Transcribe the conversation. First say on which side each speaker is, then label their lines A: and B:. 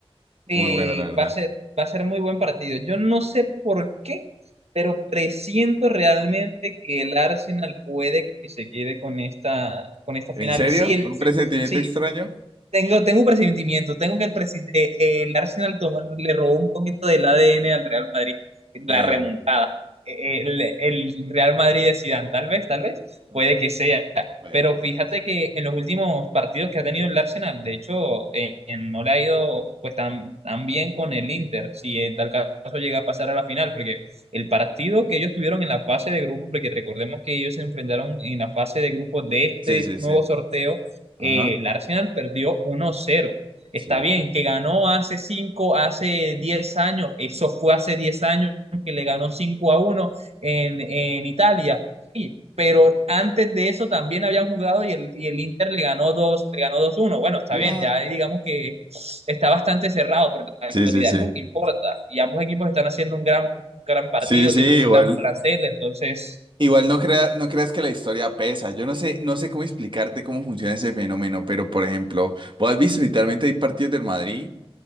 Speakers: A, on the right; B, on the right.
A: Sí,
B: Muy bueno, la verdad.
A: va a ser, va a ser muy buen partido. Yo no sé por qué, pero presiento realmente que el Arsenal puede que se quede con esta, con esta
B: ¿En
A: final.
B: serio?
A: Sí, el,
B: ¿Un presentimiento
A: sí,
B: extraño?
A: Tengo, tengo un presentimiento, tengo que el, presi- eh, eh, el Arsenal tomó- le robó un poquito del ADN al Real Madrid, la
B: Ay,
A: remontada.
B: ay, ay.
A: Eh, eh, El, el Real Madrid de Zidane, tal vez, tal vez,
B: Eh,
A: puede que sea.
B: Puede,
A: Pero
B: puede
A: fíjate
B: que sí.
A: que en los últimos partidos que ha tenido el Arsenal, de hecho, eh, eh, no le ha ido pues tan, tan bien con el Inter, si en tal caso llega a pasar a la final, porque el partido que ellos tuvieron en la fase de grupo, porque recordemos que ellos se enfrentaron en la fase de grupo de este
B: Sí, sí,
A: nuevo
B: sí.
A: sorteo
B: Ajá.
A: eh, el Arsenal perdió uno cero. Está
B: Sí.
A: bien, que ganó hace 5, hace 10 años, eso fue hace 10 años que le ganó 5 a uno en, en Italia. Sí, pero antes de eso también habían jugado y el, y el Inter le ganó dos, le ganó dos uno. Bueno, está
B: <laughs>
A: bien, ya digamos que está bastante cerrado, pero la
B: Sí,
A: actualidad
B: sí, sí.
A: es lo que importa. Y ambos equipos están haciendo un gran, un gran partido,
B: Sí, sí,
A: tienen un
B: igual.
A: gran plantel, entonces
B: Igual no crea- no creas que la historia pesa. Yo no sé, no sé cómo explicarte cómo funciona ese fenómeno, pero por ejemplo, vos has visto literalmente hay partidos del Madrid,